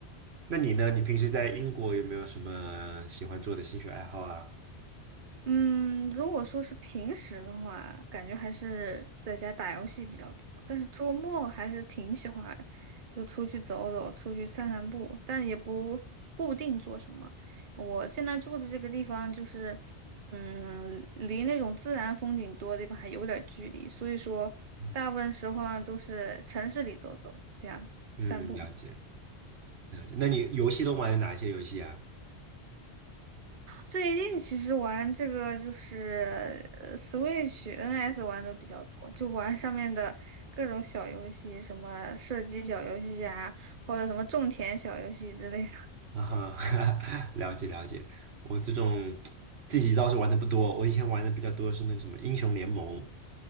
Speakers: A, on the right (about 70°); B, on the right (about 50°).
A: 那你呢？你平时在英国有没有什么喜欢做的兴趣爱好啊？
B: 嗯，如果说是平时的话，感觉还是在家打游戏比较多，但是周末还是挺喜欢就出去走走，出去散散步，但也不固定做什么。我现在住的这个地方就是，嗯，离那种自然风景多的地方还有点儿距离，所以说大部分时候啊都是城市里走走，
A: 嗯，
B: 这样子散步。
A: 嗯了解。了解，那你游戏都玩哪些游戏啊？
B: 最近其实玩这个就是呃 Switch、NS 玩的比较多，就玩上面的各种小游戏，什么射击小游戏啊，或者什么种田小游戏之类的
A: 啊哈，<laughs> 了解了解。我这种自己倒是玩的不多，我以前玩的比较多是那个什么英雄联盟。